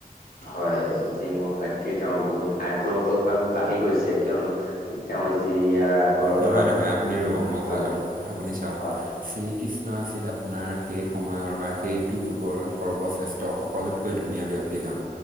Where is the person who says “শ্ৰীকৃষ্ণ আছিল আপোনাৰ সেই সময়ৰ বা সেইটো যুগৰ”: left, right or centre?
Right